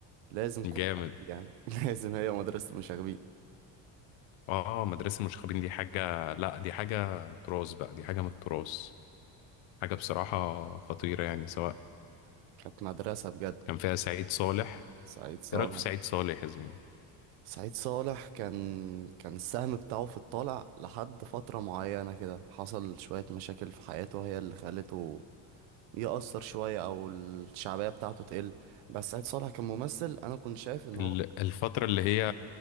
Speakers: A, on the right; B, on the left.
A: لازم كل
B: جامد
A: حد يعني <laughs> لازم هي مدرسة المشاغبين
B: اه مدرسة المشاغبين دي حاجة لا دي حاجة تراث بقى دي حاجة من التراث حاجة بصراحة خطيرة يعني سواء
A: كانت مدرسة بجد
B: كان فيها سعيد صالح
A: سعيد صالح
B: إيه رأيك في سعيد صالح يا زميلي؟
A: سعيد صالح كان كان السهم بتاعه في الطالع لحد فترة معينة كده حصل شوية مشاكل في حياته هي اللي خلته يأثر شوية أو الشعبية بتاعته تقل بس سعيد صالح كممثل أنا كنت شايف إن
B: ال-
A: هو
B: الفترة اللي هي